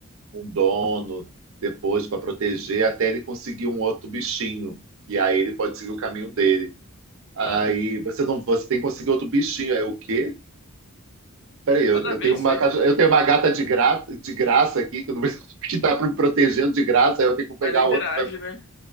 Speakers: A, on the right; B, on the left.
A: com dono depois para proteger até ele conseguir um outro bichinho. E aí ele pode seguir o caminho dele. Aí
B: Hum,
A: você não, você tem que conseguir outro bichinho. Aí eu, o quê? Peraí, eu,
B: nada
A: eu
B: a ver
A: tenho
B: isso
A: uma
B: aí.
A: caixa, eu tenho uma gata de, gra, de graça aqui que, eu não, <laughs> que tá me protegendo de graça, aí eu tenho que pegar
B: Mas não interage,
A: outro
B: né?